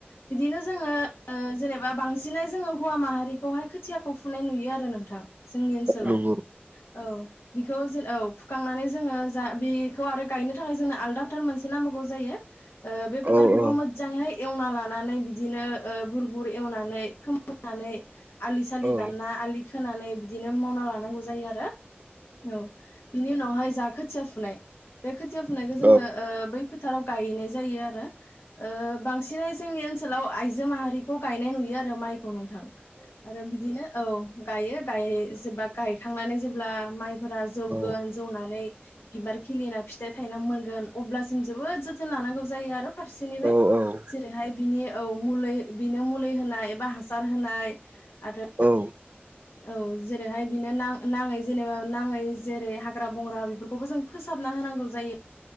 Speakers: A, on the left; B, on the right.
A: बिदिनो जोङो ओ जेनेब बा बांसिनै जोङो हौवा माहारिखौहाय खोथियाखौ फुनाय नुयो आरो नोंथां। जोंनि ओनसोलाव
B: नंगौ
A: औ। बेखौ जेन औ फुखांनानै जोङो जा बेखौ आरो गायनो थाखाय जोंनो आलदा फोथार मोनसे नांगौ जायो। बे फोथारखौबो
B: औ औ
A: फोद जाङैहाय एवना लानानै बिदिनो ओ बुर बुर एवनानै फोमोननानै आलि सालि
B: औ नंगौ
A: दानना आलि खोनानै बिदिनो मावना लानांगौ जायो आरो औ बिनि उनावहाय जा खोथिया फुनाय बे खोथिया फुनायखो
B: औ
A: जोङो ओ बै फोथाराव गायैनाय जायो आरो ओ बांसिनै जोंनि ओनसोलाव आइजो माहारि खौ गायनाय नुयो आरो माइखौ नोंथां आरो बिदिनो औ गायो गाय जेबा गायखांनानै जेब्ला माइफोरा जौगोन
B: औ
A: जौनानै बिबार खिलिना फिथाइ थायना मोनगोन अब्लासिम जोबोद जोथोन लानांगौ जायो आरो फारसेनिफ्राय
B: औ औ नंगौ औ औ
A: जेरैहाय बिनि औ मुलै बिनो मुलि होनाय एबा हास गानहोनाय आरो
B: औ
A: औ जेरैहाय बिनो नाङै जेनेबा नाङै जेरै हाग्रा बंग्रा बेफोरखौबो जों फोसाबना होनांगौ जायो